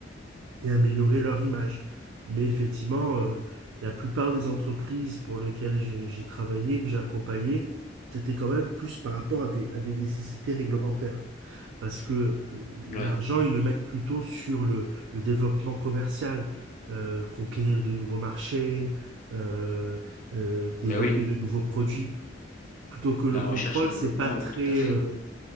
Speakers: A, on the right; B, on the left.
A: et améliorer leur image. Mais effectivement, euh, la plupart des entreprises pour lesquelles j'ai j'ai travaillé, que j'ai accompagné, c'était quand même plus par rapport à des, à des nécessités réglementaires. Parce que euh,
B: ouais,
A: l'argent, ils le mettent plutôt sur le, le développement commercial, euh, conquérir de nouveaux marchés, euh, euh, développer
B: ben oui,
A: de nouveaux produits, plutôt que
B: la
A: le contrôle,
B: recherche et développement,
A: c'est pas très,
B: ouais, tout à fait.
A: euh,